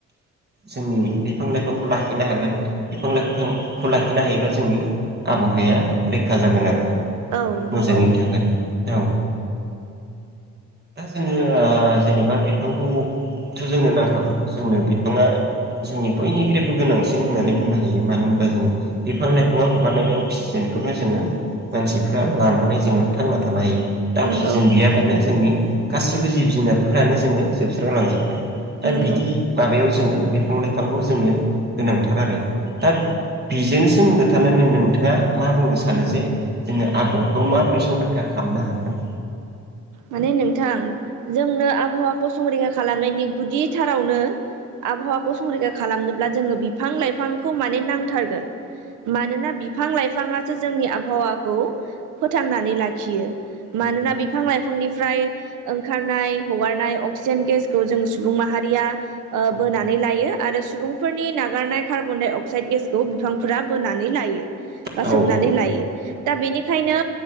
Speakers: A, on the right; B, on the right.
A: जोंनि बिफां लाइफांखौ लाखिनो हागोन बिफां लाइफांखौ लाखिनो हायोबा जोंनि आबहावाया रैखा जागोन आरो
B: औ नंगौ
A: मोजाङैनो थागोन। औ दा जोङो ओ जेनेबा बिफांखौ थ' जोंनो नांखागौ जोंनो बिफाङा जोंनि बयनिख्रुयबो गोनांसिन होननानै बुंनो हायो। मानो होमबा जोङो बिफां लाइफाङा हगारनाय बे अक्सिजेन खौनो जोङो मानसिफ्रा लानानै जोङो थांना थानो हायो। <unintelligible>
B: नंगौ
A: जेन गैयाबानो जोंनि गासैबो जिब जुनारफ्रानो जोङो जोबस्रां लांजोबगोन। दा
B: नंगौ
A: बिदि माबायाव जोङो बिफां लाइफांखौ जोंनो गोनांथार आरो दा बेजोंनो सोमोन्दो थानानै नों-नोंथाङा मा बुंनो सानो जे जोंनो आबहावाखौ माबोरै संरैखा खामनो हागोन।
B: माने नोंथां जोंनो आबहावाखौ संरैखा खालामनायनि गुदि थारावनो आबहावाखौ संरैखा खालामनोब्ला जोङो बिफां लाइफांखौ माने नांथारगोन। मानोना बिफां लाइफाङासो जोंनि आबहावाखौ फोथांनानै लाखियो। मानोना
A: औ
B: बिफां लाइ फांनिफ्राय ओंखारनाय हगारनाय अक्सिजेन गेसखौ जों सुबुं माहारिया ओ
A: औ
B: बोनानै लायो आरो सुबुं फोरनि नागारनाय कार्बनडाइ अक्साइड गेसखौ बिफांफोरा बोनानै लायो। बा
A: औ
B: सोबनानै
A: नंगौ औ
B: लायो दा बेनिखायनो